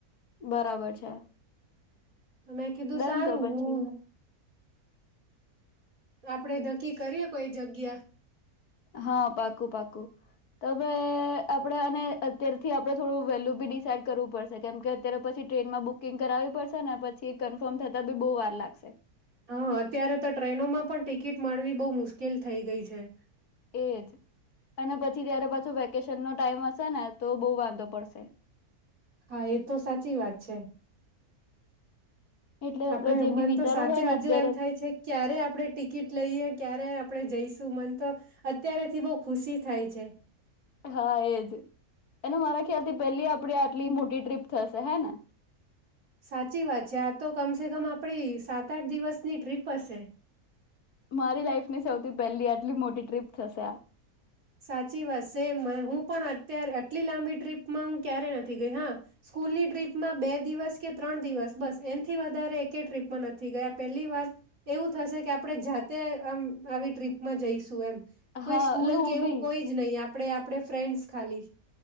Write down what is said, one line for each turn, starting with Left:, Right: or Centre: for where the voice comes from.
Left: બરાબર છે.
Right: તો મેં કીધું
Left: ડન
Right: સારું
Left: તો પછી
Right: હું. આપડે નક્કી કરીએ કોઈ જગ્યા.
Left: હા, પાકું-પાકું તમેં આપડે અને અત્યારથી આપડણે થોડું વેલ્યુ બી ડિસાઈડ કરવું પડશે કેમ કે અત્યારે પછી ટ્રેનમાં બુકિંગ કરાવવી પડશે ને પછી કન્ફર્મ થતા બી બહુ વાર લાગશે.
Right: હા, અત્યારે તો ટ્રેનોમાં પણ ટિકિટ માણવી બહુ મુશ્કેલ થઈ ગઈ છે.
Left: એજ, અને પછી ત્યારે પાછું વેકેશન નો ટાઈમ હશે ને. તો બહુ વાંધો પડશે.
Right: હા એ તો સાચી વાત છે.
Left: એટલે
Right: આપડે
Left: જે
Right: મન
Left: બી વિચારવું
Right: તો સાચે
Left: હોય ને અત્યારે
Right: હજુ એમ થાય છે ક્યારે આપડણે ટિકિટ લઈએ ક્યારે આપણે જઈશું મન તો, અત્યારેથી બહ ખુશી થાય છે.
Left: હા એજ, અને મારા ખ્યાલથી પેલી આપે આટલી મોટી ટ્રીપ થશે હે ને?
Right: સાચી વાત છે આ તો કમસેે કમ આપણી સાત આઠ દિવસની ટ્રીપ હશે.
Left: મારી લાઈફની સૌથી પહેલી આટલી મોટી ટ્રીપ થશે આ.
Right: સાચી વાત સેમ હું પણ અત્યારે આટલી લાંબી ટ્રીપમાં હું ક્યારેય નથી ગઈ હા, સ્કૂલની ટ્રીપમાં બે દિવસ કે ત્રણ દિવસ બસ એનથી વધારે એકે ટ્રીપમાં નથી ગયા પહેલી વાર એવું થશે કે આપણે જાતે આમ આવી ટ્રીપમાં જઈશું એમ. કોઈ
Left: હા
Right: સ્કૂલ
Left: એટલે હું
Right: કે એવું
Left: બી
Right: કોઈ જ નહીં આપ આપડે આપડે ફ્રેન્ડ્સ ખાલી.